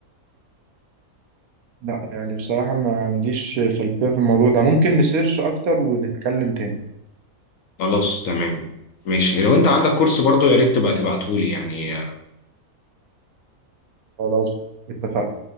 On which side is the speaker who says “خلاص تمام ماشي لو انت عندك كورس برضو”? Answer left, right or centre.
Left